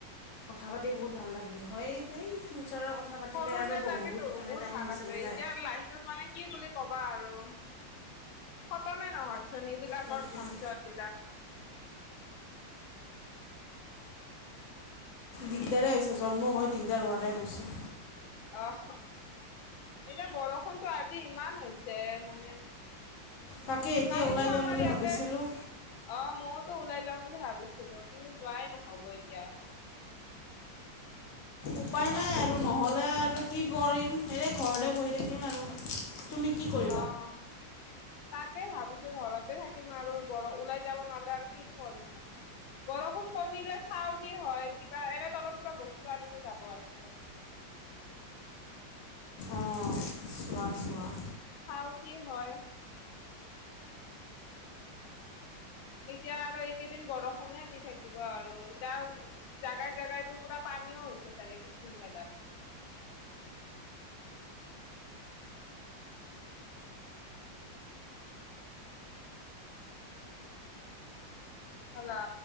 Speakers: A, on the left (about 60°); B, on the left (about 85°).
A: কথা পাতি বহুত ভাল লাগিল হয় যে ফিউচাৰৰ কথা পাতিলে
B: সৰুতে
A: আৰু
B: তাকেতো
A: বহুত মানে
B: বহুত
A: টাইম
B: ভাল
A: গুচিয়ে
B: আছিলে এতিয়া
A: যায়
B: লাইফটোত মানে কি বুলি কবা আৰু খতমে নহয়চোন এইবলাকৰ
A: তাকে
B: ধনঝট বিলাক।
A: দিগদাৰেই হৈছে জন্ম হৈ দিগদাৰ হোৱা টাইপ হৈছে।
B: আহ। এতিয়া বৰষুণতটো আজি ইমান হৈছে মানে
A: তাকে এতিয়া
B: কালিতো
A: ওলাই যাম
B: আমাৰ
A: বুলি
B: ইয়াতে
A: ভাবিছিলোঁ।
B: অ', ময়োতো ওলাই যাম বুলি ভাবিছিলোঁ কিন্তু যোৱাই নহ'ব এতিয়া।
A: উপায় নাই আৰু নহ'লে আৰু কি কৰিম এই ঘৰতে বহি থাকিম আৰু তুমি কি কৰিব
B: অ'। তাকে ভাবিছোঁ ঘৰতে থাকিম আৰু বৰ ওলাই যাব নহলে আৰু কিনো কৰিম আৰু। বৰষুণ কমিলে চাওঁ কি হয় কিবা এনে অলপ কিবা বস্তু আনিলো যাব আছিলে।
A: অ', চোৱা, চোৱা।
B: খাওঁ কি হয়। এতিয়া আৰু এইকেইদিন বৰষুণে দি থাকিব আৰু এতিয়া জাগাই জোগাতো পুৰা পানীও হৈছে চাগে কিছুমান জাগাত। হেল্ল'।